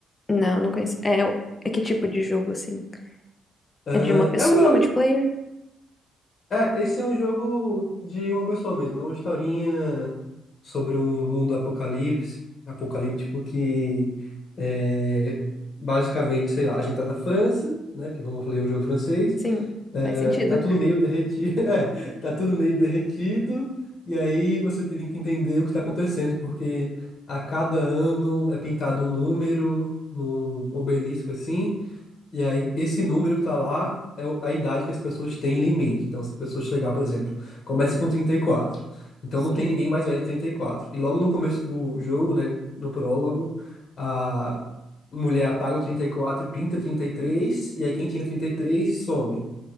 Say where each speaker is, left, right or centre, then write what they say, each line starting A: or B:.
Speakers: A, on the left; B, on the left.
A: Não, não conheço. É, o- é que tipo de jogo, assim?
B: É,
A: É de uma pessoa,
B: é um jogo.
A: multiplayer?
B: É, esse é um jogo de uma pessoa mesmo. É uma historinha sobre um mundo apocalipse, apocalíptico que é, basicamente, sei lá, a gente tá na França, né? Porque como eu falei, é um jogo francês.
A: Sim,
B: É,
A: faz sentido.
B: tá tudo meio derretido. <laughs> É, tá tudo meio derretido. E aí você tem que entender o que tá acontecendo, porque a cada ano é pintado um número no obelisco assim. E aí, esse número que tá lá é o- a idade que as pessoas têm limite. Então, se a pessoa chegar, por exemplo, começa com trinta e quatro Então,
A: Sim.
B: não tem ninguém mais velho de trinta E quatro e logo no começo do jogo, né, no prólogo, a mulher apaga o trinta e quatro e pinta trinta E três e aí, quem tinha 33 some.